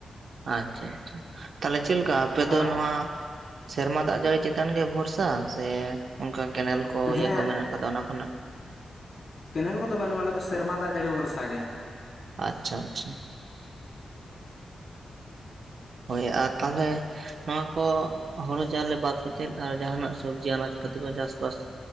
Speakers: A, on the right; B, on the left.
A: ᱟᱪᱪᱷᱟ ᱟᱪᱪᱷᱟ ᱛᱟᱦᱞᱮ ᱪᱮᱫᱞ ᱞᱮᱠᱟ ᱟᱯᱮ
B: ᱟᱨ
A: ᱫᱚ ᱱᱚᱣᱟ ᱥᱮᱨᱢᱟ ᱫᱟᱜ ᱡᱟᱹᱲᱤ ᱪᱮᱛᱟᱱ ᱜᱮ ᱵᱷᱚᱨᱥᱟ ᱥᱮ ᱚᱱᱠᱟ ᱠᱮᱱᱮᱞ ᱠᱚ
B: ᱦᱮᱸ
A: ᱤᱭᱟᱹ ᱠᱚ ᱢᱮᱱᱟᱜ ᱟᱠᱟᱫᱟ ᱚᱱᱟ ᱠᱷᱚᱱᱟᱜ
B: ᱠᱮᱱᱮᱞ ᱠᱚᱫᱚ ᱵᱟᱹᱱᱩᱜᱼᱟ ᱟᱞᱮ ᱫᱚ ᱥᱮᱨᱢᱟ ᱫᱟᱜ ᱡᱟᱹᱲᱤ ᱵᱷᱚᱨᱥᱟ ᱜᱮ
A: ᱟᱪᱪᱷᱟ ᱟᱪᱪᱷᱟ ᱦᱳᱭ ᱟᱨ ᱛᱟᱦᱚᱞᱮ ᱱᱚᱣᱟ ᱠᱚ ᱦᱳᱲᱳ ᱪᱟᱣᱞᱮ ᱵᱟᱫ ᱠᱟᱛᱮᱫ ᱟᱨ ᱡᱟᱦᱟᱱᱟᱜ ᱥᱚᱵᱽᱡᱤ ᱟᱱᱟᱡᱯᱟᱹᱛᱤ ᱠᱚ ᱪᱟᱥᱼᱵᱟᱥ